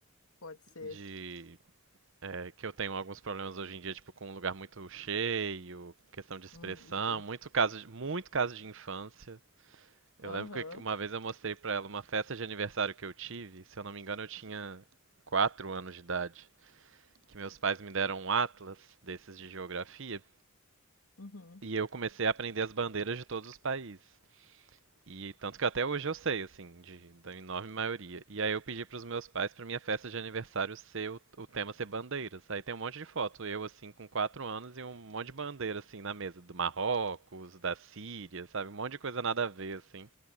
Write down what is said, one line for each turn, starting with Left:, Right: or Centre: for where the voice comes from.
Left: Pode ser.
Right: de é, que eu tenho alguns problemas hoje em dia, tipo com um lugar muito cheio, questão de expressão,
Left: Hum, idem.
Right: muito caso, de- muito caso de infância. Eu
Left: Aham.
Right: lembro que uma vez eu mostrei pra ela uma festa de aniversário que eu tive, se eu não me engano eu tinha quatro anos de idade que meus pais me deram um atlas desses de geografia
Left: Uhum.
Right: e eu comecei a aprender as bandeiras de todos os países. E tanto que até hoje eu sei, assim, de, da enorme maioria. E aí eu pedi pros meus pais pra minha festa de aniversário ser o, o tema ser bandeiras. Aí tem um monte de foto, eu assim com quatro anos e um monte de bandeira assim na mesa, do Marrocos, da Síria, sabe, um monte de coisa nada a ver assim.